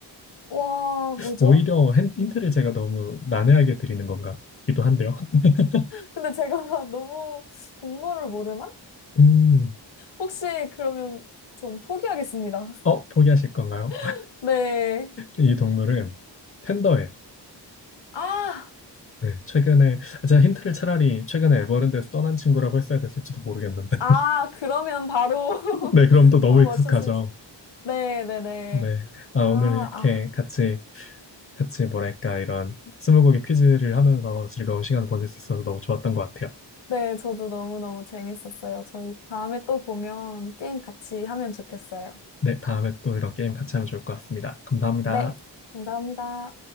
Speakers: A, on the left; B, on the left.
A: 와 뭐죠?
B: 오히려 힌- 힌트를 제가 너무 난해하게 드리는 건가? 기도 한데요. <laughs>
A: 근데 제가 <laughs> 너무 동물을 모르나?
B: 음,
A: 혹시 그러면 전 포기하겠습니다.
B: 어, 포기하실 건가요? <laughs>
A: <laughs> 네.
B: 이 동물은 팬더예요.
A: 아,
B: 네, 최근에, 제가 힌트를 차라리 최근에 에버랜드에서 떠난 친구라고 했어야 됐을지도 모르겠는데.
A: 아, 그러면 바로, <laughs>
B: 네, 그럼 또 너무
A: 바로
B: 익숙하죠.
A: 맞췄을 수. 네네네.
B: 네. 아, 오늘
A: 아,
B: 이렇게
A: 아.
B: 같이, 같이 뭐랄까, 이런 스무고개 퀴즈를 하면서 즐거운 시간 을 보낼 수 있어서 너무 좋았던 것 같아요.
A: 네, 저도 너무너무 재밌었어요. 저희 다음에 또 보면 게임 같이 하면 좋겠어요.
B: 네, 다음에 또 이런 게임 같이 하면 좋을 것 같습니다. 감사합니다.
A: 네, 감사합니다.